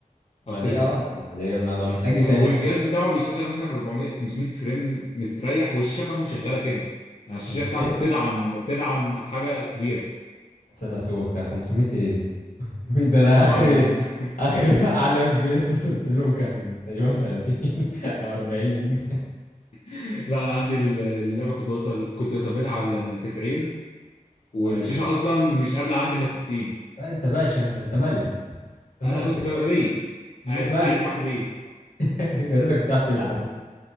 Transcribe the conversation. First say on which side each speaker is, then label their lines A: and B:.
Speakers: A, on the left; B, on the left.
A: ما
B: أو 9
A: دي أه أنا دي ما أنا محتاج إيه
B: آه،
A: تاني
B: والجهاز
A: أصلا
B: بتاعه بيشغل مثلا 400 500 فريم مستريح والشاشة بتاعته مشغلة كده يعني
A: 500
B: الشاشة بتاعته بتدعم تدعم حاجة كبيرة
A: سنة سوخة 500 إيه <laughs> ده أنا
B: ما
A: آخري آخري <laughs> على اف بي اس وصلت له كان تقريبا 30 أو 40
B: <laughs> لا أنا عندي اللعبة كنت بوصل كنت بثبتها على ال 90 والشاشة
A: أيوه
B: أصلا مش قابلة عندي إلا 60
A: لا انت باشا انت انت ملك انت
B: أنا
A: م- انت
B: كنت ببقى بيه
A: ملك
B: قاعد قاعد معاكم بيه
A: <laughs> يا ريتك بتعرف تلعب